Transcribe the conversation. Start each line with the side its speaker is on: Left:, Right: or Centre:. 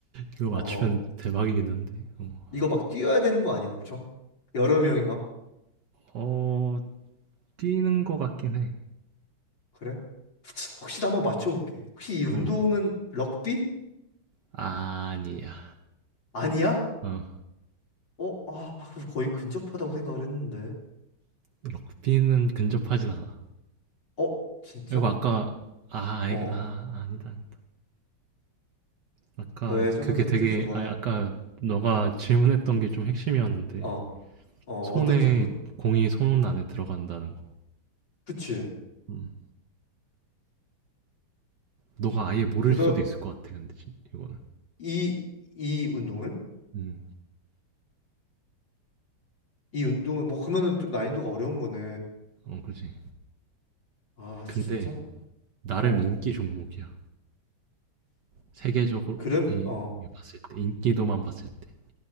Right: 이거
Left: 어,
Right: 맞추면 대박이긴 한데. 어,
Left: 이거 막 뛰어야 되는 거 아니야, 엄청? 여러 명이 막.
Right: 어 뛰는 것 같긴 해.
Left: 그래? 혹시 나 한번 맞춰볼게. 혹시 이 운동은
Right: 어
Left: 럭비?
Right: 아니야.
Left: 아니야?
Right: 어
Left: 어, 아, 그럼 거의 근접하다고 생각을 했는데.
Right: 럭비는 근접하진 않아.
Left: 어, 진짜?
Right: 그리고 아까 아, 아,
Left: 어,
Right: 이게- 아 아니다 아니다. 아까
Left: 왜 좀만
Right: 그게
Left: 더 힌트를
Right: 되게
Left: 줘봐.
Right: 아 아까 너가 질문했던 게 좀 핵심이었는데
Left: 어, 어,
Right: 손에
Left: 어떤 질문?
Right: 공이 손 안에 들어간다는 거.
Left: 그치.
Right: 음. 너가 아예 모를
Left: 그러,
Right: 수도 있을 것 같아 근데 진- 이거는.
Left: 이, 이 운동을?
Right: 음.
Left: 이 운동을, 뭐, 그러면은 좀 난이도가 어려운 거네.
Right: 어 그지.
Left: 아,
Right: 근데
Left: 진짜?
Right: 나름
Left: 어
Right: 인기 종목이야. 세계적으로
Left: 그럼
Right: 이,
Left: 어
Right: 이 봤을 때 인기도만 봤을 때.